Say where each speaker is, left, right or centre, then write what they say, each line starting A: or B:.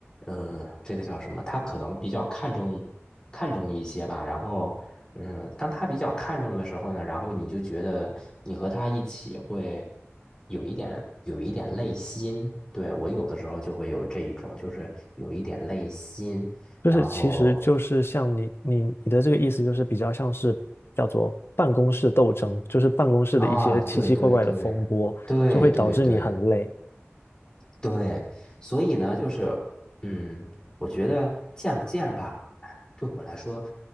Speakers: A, on the left; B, on the left.
A: 嗯、这个叫什么？他可能比较看重一看重一些吧。然后，嗯，当他比较看重的时候呢，然后你就觉得你和他一起会。有一点有一点累心，对，我有的时候就会有这一种，就是有一点累心，
B: 就是其实就是像你你你的这个意思，
A: 然后
B: 就是比较像是叫做办公室斗争，就是办公室的一些奇奇怪怪的风波，
A: 啊，对对对对对对
B: 就会导致你很累。
A: 对，所以呢，就是嗯，我觉得见不见吧，哎对我来说，